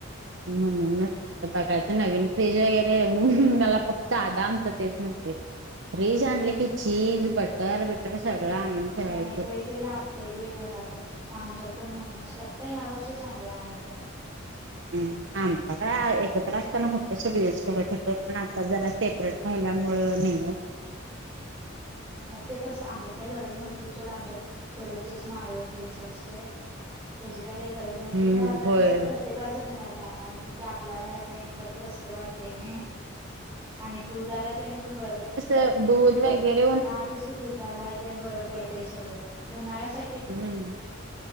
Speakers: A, on the right (about 65°); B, on the right (about 15°).
A: म्हणूनच आता बघायच नवीन फ़्रिज ये रे मला फक्त आदा आमचा तेच म्हणतोय. फ्रीज आणल की चीज, बटर बिटर सगळं आणून ठेवायचं
B: नाय बाई ते लाग तय बय घरात म आमच्यात पण म्हणूनस आता ह्या वर्षीच आणलोय आम्ही पण
A: हम्म आमचा काय एकत्र असताना होत सगळच घरात होत पण आता जरा सेपरेट राहिल्यामुळ नाहीये.
B: मग ते कसं आमच्यात काय गरज नव्हती. ती सोड आमच्यात दररोजचच माळव फ्रेश असतय त्याची काय न गरज नव्हती
A: हम्म
B: खर आता
A: होय
B: कसं पण त्येकाच्या घरात हाय आणि म ते आपल्या घरात नाय म्हटल्यावरती कसतर वाटतय नय. आणि दुधाला तेन पण बर पड
A: त दूध वगैर
B: हा तेच की दुधाला तेन बरं पडतंय सगळं उन्हाळ्यासा
A: हम्म